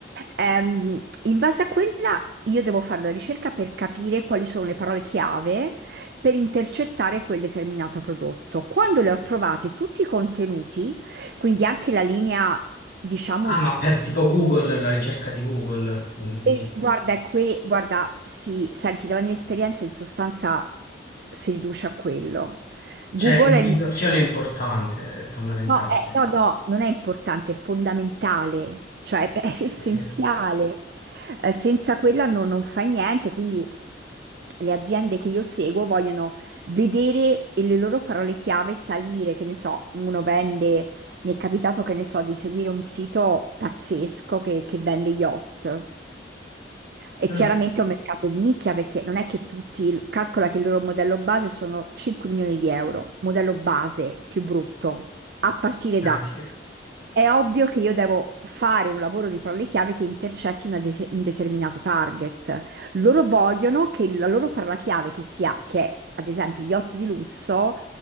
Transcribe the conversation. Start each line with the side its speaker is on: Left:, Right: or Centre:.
Right: Ehm, in base a quella io devo fare una ricerca per capire quali sono le parole chiave per intercettare quel determinato prodotto. Quando le ho trovate tutti i contenuti, quindi anche la linea, diciamo,
Left: Ah, ma per tipo Google, la ricerca di Google, mm,
Right: e
Left: di-
Right: guarda, è qui, guarda, sì, senti, dalla mia esperienza in sostanza si riduce a quello. Google
Left: cioè l'indicizzazione
Right: è il...
Left: è importante, è fondamentale.
Right: No, eh, no, no, non è importante, è fondamentale, cioè <laughs> è
Left: Sì,
Right: essenziale.
Left: sì.
Right: Eh, senza quella non, non fai niente, quindi le aziende che io seguo vogliono vedere e le loro parole chiave salire, che ne so, uno vende, mi è capitato che ne so di seguire un sito pazzesco che, che vende yacht. E
Left: Mm,
Right: chiaramente è un mercato di nicchia perché non è che tutti, calcola che il loro modello base sono 5 milioni di euro, modello base più brutto a partire
Left: ah,
Right: da,
Left: sì.
Right: è ovvio che io devo fare un lavoro di parole chiave che intercetti una de- un determinato target. Loro vogliono che la loro parola chiave che sia, che è, ad esempio yacht di lusso,